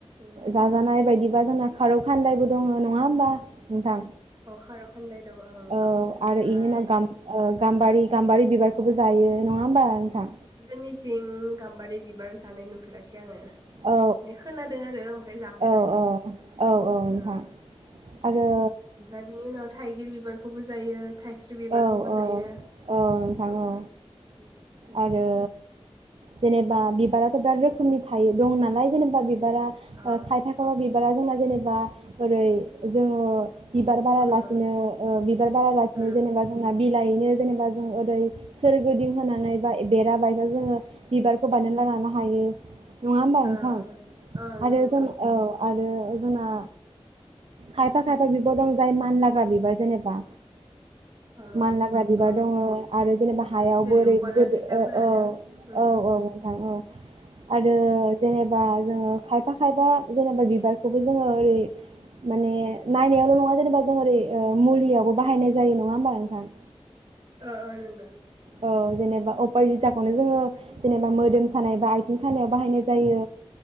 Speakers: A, on the right (about 40°); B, on the right (about 60°).
A: उम
B: जाजानाय बायदिबा जोंना खारौ। फानदायबो दङ नङा होमबा नोंथां।
A: अ खार' खान्दाय दं ओं
B: औ
A: ओमफ्राय
B: आरो इनि गाम-गाम्बारि गाम्बारि बिबार। बो जायो नङा होमबा नोंथां।
A: जोंनिथिं गाम्बारि बिबार जानाय नुफेराखि। आङो
B: औ
A: मे खोनादों आरो ओमफ्राय जाफेराखै
B: औ औ औ नोंथां
A: ओ-
B: आरो
A: ओमफ्राय बिनि उनाव। थाइगिर बिबारखौबो जायो। थाइस्रि बिबारखौबो
B: औ औ
A: जायो
B: औ नोंथां
A: उम
B: औ
A: उम उम,
B: आरो। जेनेबा बिबाराथ' दा रोखोमनि थायो दं नालाय। जेनबा बिबारा
A: जायो
B: ओ-
A: अ
B: खायफा खायफा बिब बारा जोंना जेनेबा ओरै जों। अ बिबार
A: फुजा
B: बारालासिनो
A: अ
B: ओ- बिबार बारालासि।
A: उम
B: ओ जेनेबा जोंना बि। लायनो जेनेबा जों ओरै सोरगोदिं होनानै बा बेरा बायसा जोङो बिबारखौ बायना लानो हायो। नङा होमबा नोंथां
A: ओ ओ ओं
B: आरो
A: नंगौ
B: जों औ आरो। अ जोंना खायफा खायफा बिबार दं जाय मानलाग्रा बिबार जेनेबा।
A: अ
B: मानलाग्रा बिबार
A: अ
B: दङो आरो जेनेबा हायावबो
A: उम जेरै
B: ओरै
A: अपराजिताफोरानो
B: गोदो औ औ
A: उम
B: औ नोंथां औ। आरो
A: उम
B: जेनेब बा जोंङो खायफा खायफा जेनेबा बिबारखौबो जोङो ओरै माने नायनायावल नङा जेनेबा जोंङो ओरै ओ- मुलियावबो। बाहायनाय जायो नङा होमबा नोंथां?
A: ओ ओ नंगो
B: औ जेनेबा अपरजिताखौनो जोङो जेनेबा मोदोम सानाय बा आइ थिं सानायाव बाहायनाय जायो